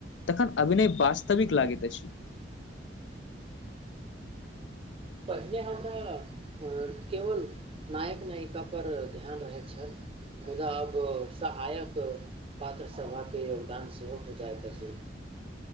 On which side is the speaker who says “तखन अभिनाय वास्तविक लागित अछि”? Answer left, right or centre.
Left